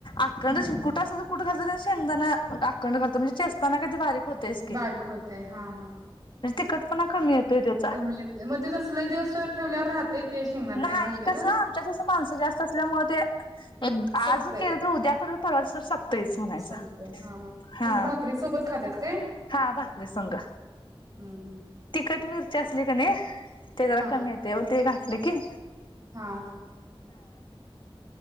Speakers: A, on the left (about 55°); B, on the right (about 40°).
A: आकंद
B: हम्
A: अस कुठ अस कुठ घालतात शेंगदाणा अखंड घालतो म्हणजे चेस्ताना काय ते भारीक होतच की,
B: बारीक होते हा हा
A: तिखट पना कमी येतोय त्याचा,
B: कमी येते मग ते तसं लय दिवस ठेवल्यावर राहतय ते शेंगदाण
A: नाही
B: तेन घातलेलं
A: कस आमच्या कस माणसं जास्त असल्यामुळ ते आज
B: संपतय
A: केलं तर उद्या परत परवा दिवस सप तेच म्हणायचं,
B: संपतय हा म्हणजे
A: हा
B: ते भाकरी सोबत खात्यात काय
A: हा भाकरी संग
B: हम्म हम्म
A: तिखट मिरची असली का नाय ते जरा
B: हा
A: कमी येते वो ते घा लेकी
B: हा हा.